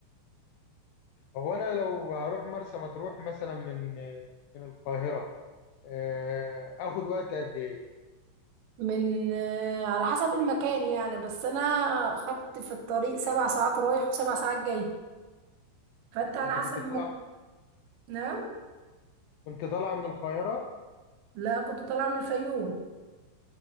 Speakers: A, on the left; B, on the right.
A: هو أنا لو هروح مرسى مطروح مثلا من آه، من القاهرة آه، آخد وقت قد إيه؟
B: من آه، على حسب المكان يعني بس انا خدت في الطريق سبع ساعات رايح وسبع ساعات جاي فانت على
A: أنت
B: حسب
A: كنت طالع
B: ما نعم
A: كنت طالعة من القاهرة
B: لا كنت طالعة من الفيوم